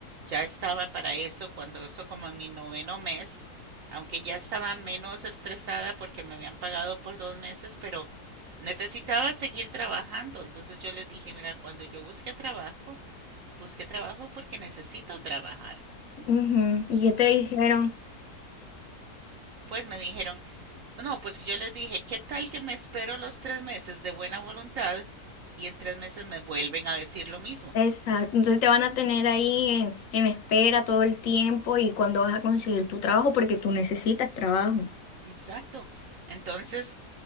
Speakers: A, on the right; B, on the left.
A: ya estaba para eso cuando eso como en mi noveno mes, aunque ya estaba menos estresada porque me habían pagado por dos meses, pero necesitaba seguir trabajando. Entonces yo les dije, mira, cuando yo busque trabajo, busque trabajo porque necesito trabajar.
B: Ujú. ¿Y qué te dijeron?
A: pues me dijeron, No, pues yo les dije, ¿qué tal que me espero los tres meses de buena voluntad y en tres meses me vuelven a decir lo mismo?
B: Exacto. Entonces te van a tener ahí en, en espera todo el tiempo y cuando vas a conseguir tu trabajo porque tú necesitas trabajo.
A: Exacto. Entonces,